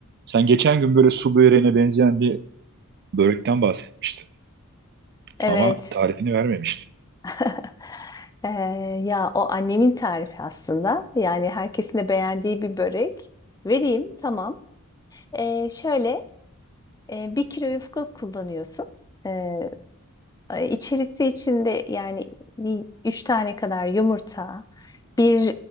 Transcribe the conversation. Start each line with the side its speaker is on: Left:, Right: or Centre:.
Right: Sen geçen gün böyle su böreğine benzeyen bir börekten bahsetmiştin.
Left: Evet.
Right: Ama tarifini vermemiştin.
Left: <laughs> Ee, ya o annemin tarifi aslında. Yani herkesin de beğendiği bir börek. Vereyim tamam. Ee, şöyle e, bir kilo yufka kullanıyorsun. Ee, e, içerisi içinde yani bir üç tane kadar yumurta, bir